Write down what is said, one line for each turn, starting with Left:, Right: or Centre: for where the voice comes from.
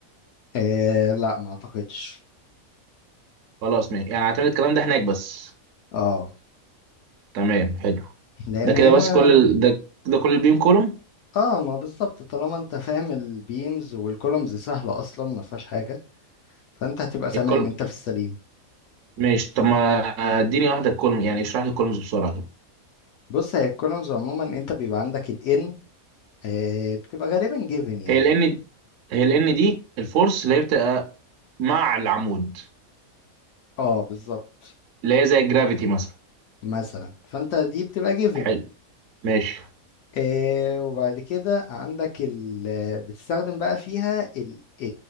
Left: آه لا ما اعتقدش
Right: خلاص ماشي يعني هعتمد الكلام ده هناك بس
Left: اه
Right: تمام حلو
Left: لان
Right: ده كده
Left: هنا
Right: بس كل ال... ده ده كل البيم كولوم
Left: اه ما بالظبط طالما انت فاهم البيمز والكولومز سهله اصلا ما فيهاش حاجه فانت هتبقى تمام
Right: الكل
Left: انت في السليم
Right: ماشي طب ما اديني واحده كولوم يعني اشرح لي الكولومز بسرعه كده
Left: بص هي الكولومز عموما انت بيبقى عندك ال n آه، بتبقى غالبا جيفن يعني
Right: هي ال ان هي ال ان دي الفورس اللي هي بتبقى مع العمود
Left: اه بالظبط
Right: اللي هي زي الجرافيتي مثلا
Left: مثلا فانت دي بتبقى جيفن
Right: حلو ماشي
Left: آه وبعد كده عندك ال بتستخدم بقى فيها ال آه